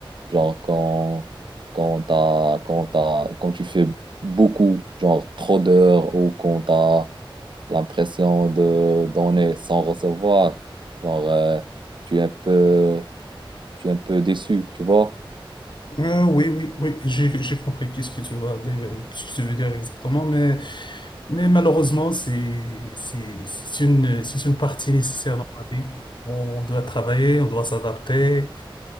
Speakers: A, on the right; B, on the left.
A: Genre, quand, quand t'as, quand t'as, quand tu fais beaucoup, genre trop d'heures ou quand t'as l'impression de donner sans recevoir, genre, euh, tu es un peu je suis un peu déçu, tu vois.
B: Euh, oui, oui, oui, j'ai j'ai compris qu'est-ce que tu veux, dire- qu'est-ce que tu veux dire exactement, mais, mais malheureusement, c'est c'est- c'est une, c'est une partie nécessaire dans la vie. On doit travailler, on doit s'adapter,